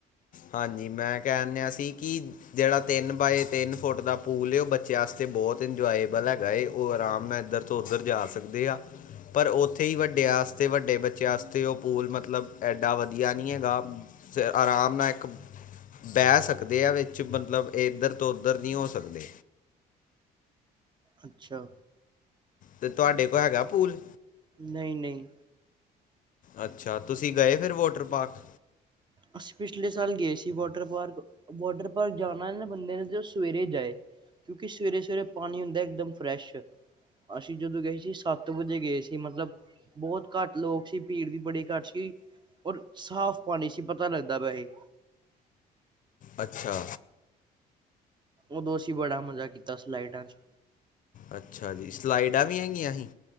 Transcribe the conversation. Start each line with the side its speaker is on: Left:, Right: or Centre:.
Left: ਹਾਂਜੀ, ਮੈਂ ਕਹਿਣ ਨਿਆ ਸੀ ਕਿ ਜਿਹੜਾ ਤਿੰਨ ਬਾਏ ਤਿੰਨ ਫੁੱਟ ਦਾ ਪੂਲ ਏ ਉਹ ਬੱਚਿਆਂ ਆਸਰੇ ਬਹੁਤ ਇੰਜੋਏਬਲ ਹੈਗਾ ਏ ਉਹ ਆਰਾਮ ਨਾਲ ਇੱਧਰ ਤੋਂ ਉੱਧਰ ਜਾ ਸਕਦੇ ਆ। ਪਰ ਉੱਥੇ ਹੀ ਵੱਡਿਆਂ ਆਸਤੇ ਵੱਡੇ ਬੱਚਿਆ ਆਸਤੇ ਸਤੇ ਉਹ ਪੂਲ ਮਤਲਬ ਐਡਾ ਵਧੀਆ ਨੀ ਹੈਗਾ। ਸੇ ਆਰਾਮ ਮੈਂ ਇੱਕ ਬਹਿ ਸਕਦੇ ਆ ਵਿੱਚ ਮਤਲਬ ਇੱਧਰ ਤੋਂ ਉੱਧਰ ਨੀ ਹੋ ਸਕਦੇ।
Right: ਅੱਛਾ।
Left: ਤੇ ਤੁਹਾਡੇ ਕੋਲ ਹੈਗਾ ਪੂਲ।
Right: ਨਈਂ-ਨਈਂ
Left: ਅੱਛਾ, ਤੁਸੀਂ ਗਏ ਫਿਰ ਵੋਟਰ ਪਾਰਕ।
Right: ਅਸੀਂ ਪਿਛਲੇ ਸਾਲ ਗਏ ਸੀ ਵਾਟਰ ਪਾਰਕ, ਵਾਟਰ ਪਾਰਕ ਜਾਣਾ ਨਾ ਬੰਦੇ ਨੇ ਸਵੇਰੇ ਜਾਏ। ਕਿਉਂਕਿ ਸਵੇਰੇ-ਸਵੇਰੇ ਪਾਣੀ ਹੁੰਦਾ ਇੱਕਦਮ ਫਰੈਸ਼। ਅਸੀਂ ਜਦੋਂ ਗਏ ਸੀ ਸੱਤ ਵਜੇ ਗਏ ਸੀ ਮਤਲਬ ਬਹੁਤ ਘੱਟ ਲੋਕ ਸੀ ਭੀੜ ਵੀ ਬੜੀ ਘੱਟ ਸੀ, ਔਰ ਸਾਫ਼ ਪਾਣੀ ਸੀ। <unintelligible> ਪਿਆ ਹੀ।
Left: ਅੱਛਾ।
Right: ਉਦੋ ਅਸੀਂ ਬੜਾ ਮਜਾ ਕੀਤਾ ਸਲਾਈਡਾਂ ਚ।
Left: ਅੱਛਾ ਜੀ, ਸਲਾਈਡਾਂ ਵੀ ਹੈਗੀਆਂ ਹੀ।